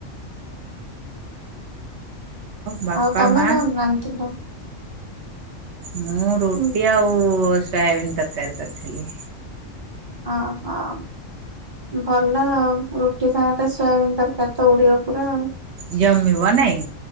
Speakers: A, on the right; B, on the right.
A: ବାପା
B: ଆଉ ତମେ
A: ମା
B: କ'ଣ ନା---ଥିଲ?
A: ମୁଁ ରୁଟି
B: ହୁଁ
A: ଆଉ ସୋୟାବିିନ୍‌ ତର୍କାରୀ କର୍ ଥିଲି।
B: <inaudible> ଭଲ ଆଉ, ରୁଟି ସହିତ ସୋୟବିନ୍‌ ତର୍କାରୀ ତ ଉଡ଼ିବ ପୁରା ଆଉ।
A: ଜମିବ ନାଇଁ।